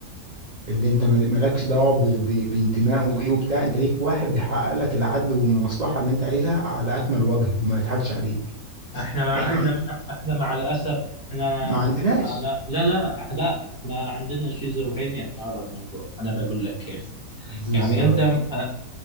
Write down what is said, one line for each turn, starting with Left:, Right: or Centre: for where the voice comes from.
Right: اللي انت مال- مالكش دعوه ب- ب- بانتمائه وايه وبتاع انت ليك واحد بيحقق لك العدل والمصلحه اللي انت عايزها على اكمل وجه وما يضحكش عليك
Left: احنا مع
Right: احنا
Left: احنا
Right: ما
Left: مع احنا مع الاسف احنا
Right: ما عندناش
Left: انا لا لا لا احنا عندنا شيزوفرينيا في هذا الموضوع انا بقول لك كيف
Right: بالظبط
Left: يعني انت أ- أ-